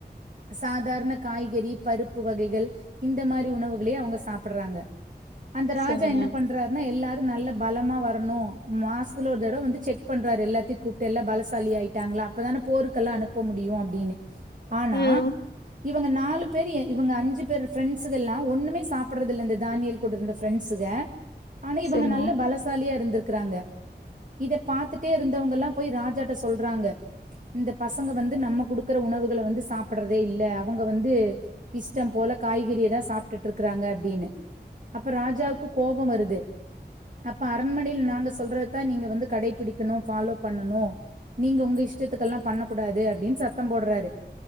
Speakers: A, on the right; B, on the left.
A: சாதாரண காய்கறி பருப்பு வகைகள் இந்த மாரி உணவுகளே அவங்க சாப்ட்டிறாங்க அந்த ராஜா
B: செரிங்க
A: என்ன பண் றருனா எல்லாரு நல்ல பலமா வரணு மாசத்துல ஒரு தடவ வந்து செக் பண்றாரு எல்லாத்தையு கூப்பிட்டு எல்லா பலசாலியா ஆயிட்டாங்ளா அப்பதான போருக்கெல்லா அனுப்ப முடியு அப்டின்னு ஆனா
B: ம்
A: இவங்க நாலு பேர் இவங்க அஞ்சு பேர் ஃப்ரெண்ட்ஸ்சுகல்லா ஒண்ணுமே சாப்பிடறது இல்ல இந்த தானியேல் கூட இருந்த ஃப்ரெண்ட்சுக ஆனா இவங்க
B: செரிங்க
A: நல்ல பலசாலியா இருந்திருக்குறாங்க இத பாத்துட்டே இருந்தவங்க எல்லா போய் ராஜாட்ட சொல்றாங்க இந்த பசங்க வந்து நம்ம குடுக்குற உணவுகள வந்து சாப்ட்டுறதே இல்ல அவங்க வந்து இஷ்டம் போல காய்கறியதா சாப்ட்டுட்டு இருக்கறாங்க அப்டின்னு அப்ப ராஜாக்கு கோபம் வருது அப்ப அரண்மனையில நாங்க சொல்றதுதா நீங்க வந்து கடைபிடிக்கணு ஃபாலோ பண்ணணு நீங்க உங்க இஷ்டத்துக்கெல்லா பண்ணக் கூடாது அப்டின்னு சத்தம் போட்றாரு